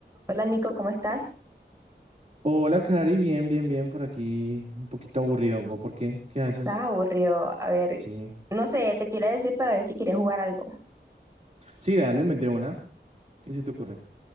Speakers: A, on the right; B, on the right.
A: Hola Nico, ¿cómo estás?
B: Hola, Cari, bien, bien, bien, por aquí. Un poquito aburridongo, ¿por qué? ¿Qué haces?
A: Estás aburrido. A ver,
B: Sí.
A: no sé, te quería decir para ver si quieres jugar algo.
B: Sí, dale, mete una. ¿Qué se te ocurre?